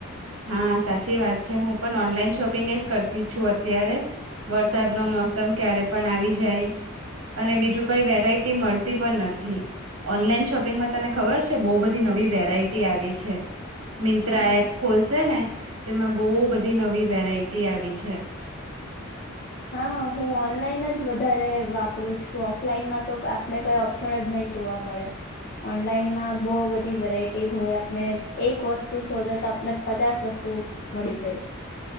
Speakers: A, on the right; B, on the left.
A: હા સાચી વાત છે. હું પણ ઓનલાઈન શોપિંગ જ કરતી છું અત્યારે... વરસાદનો મોસમ ક્યારે પણ આવી જાય. અને બીજું કઈ વેરાયટી મળતી પણ નથી. ઓનલાઈન શોપિંગમાં તને ખબર છે બહુ બધી નવી વેરાયટી આવી છે. મિંત્રા
B: હા
A: એપ ખોલશેને તો એમાં બહુ બધી નવી વેરાયટી આવી છે. <inaudible>
B: હા હું ઓનલાઈન જ વધારે વાપરું છું ઓફલાઈનમાં તો આ પડે કોઈ ઓપ્શન જ નહી જોવા મળે. ઓનલાઈનમાં બહુ બધી વેરાયટી હોય આપને એક વસ્ તું સોધે તો આપને પચાસ વસ્તુ મડી જાય.